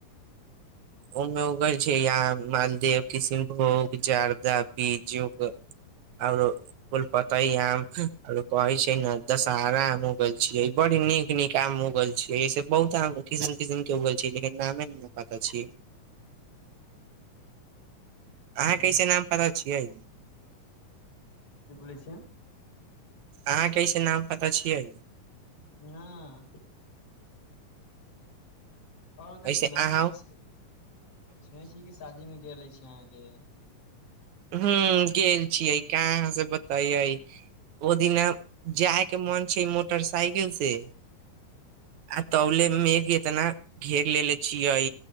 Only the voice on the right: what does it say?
ओमे उगर छै यहाँ मालदेव कशनभोग जारदा बीजुग आओर फुलपतय आम आओर कहै छै ने दशहारा आम छियै बड़ नीक नीक आम होग गैल छियै इस बहुत आम किसम किसम के उ गेल छै लेकिन नामे ने पता छी
अहाँ कैसे नाम पता छियै
अहाँ कैसे नाम पता छियै
ऐसे
अहाँ
ह्म गेल छीयै कहाँ से बतइयै ओ दिना जायके मन छै मोटरसाइकिल से
आ तबले मेघ इतना घेर लेले छियै